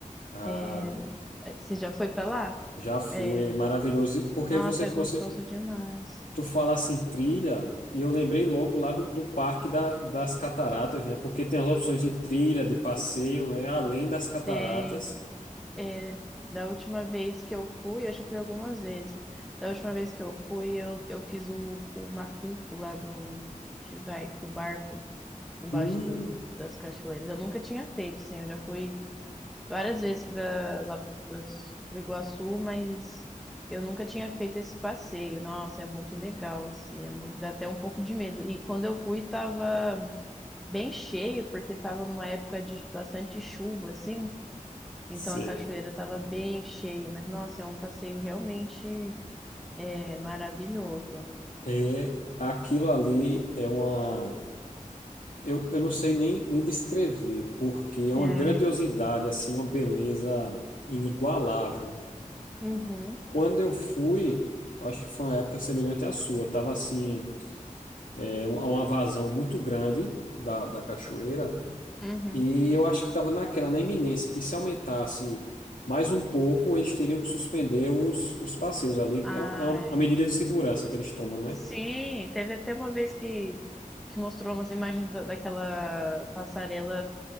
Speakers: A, on the left; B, in the centre.
A: Ah,
B: É, É, Você já foi pra lá?
A: já fui,
B: É,
A: é maravilhoso. E Porque
B: nossa,
A: você, você,
B: é gostoso demais.
A: tu fala assim, trilha, e eu lembrei logo lá do, do Parque da, das Cataratas, né? Porque tem as opções de trilha, de passeio, né? Além das cataratas.
B: Tem. é, da última vez que eu fui, eu já fui algumas vezes. Da última vez que eu fui, eu, eu fiz o, o macuco lá do. que vai com o barco embaixo
A: Hum,
B: do- das cachoeiras. Eu nunca tinha feito, sim. Eu já fui várias vezes pra, lá para Iguaçu, mas eu nunca tinha feito esse passeio. Nossa, é muito legal, assim. É muito, dá até um pouco de medo. E quando eu fui, tava. bem cheio, porque estava numa época de bastante chuva, assim,
A: sei.
B: então a cachoeira estava bem cheia, mas nossa, é um passeio realmente é, maravilhoso.
A: É, aquilo ali é uma. Eu, eu não sei nem, nem descrever, porque é
B: É,
A: uma grandiosidade, assim, uma beleza inigualável.
B: uhum,
A: Quando eu fui, acho que foi uma época semelhante à sua, tava assim, é, uma uma vazão muito grande da, da cachoeira,
B: uhum.
A: e eu acho que estava naquela, na iminência, que se aumentasse mais um pouco, eles teriam que suspender os, os passeios ali,
B: Ai,
A: que é, um- é uma, uma medida de segurança que eles tomam, né?
B: sim, teve até uma vez que, que mostrou umas imagens da- daquela passarela